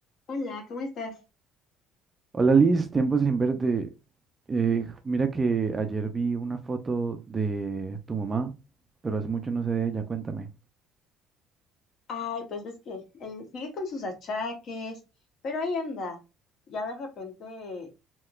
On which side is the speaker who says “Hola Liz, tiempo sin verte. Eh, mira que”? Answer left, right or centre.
Right